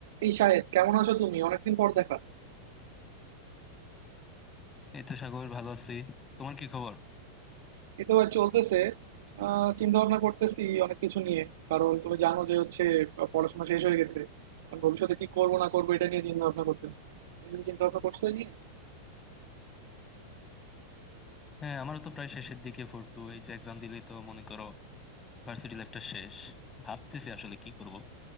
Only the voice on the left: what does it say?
এই তো সাগর ভালো আছি তোমার কি খবর
হ্যাঁ আমারও তো প্রায় শেষের দিকে ফোর টু এই যে এক্সাম দিলেই তো মনে করো ভার্সিটি লাইফটা শেষ ভাবতেছি আসলে কি করব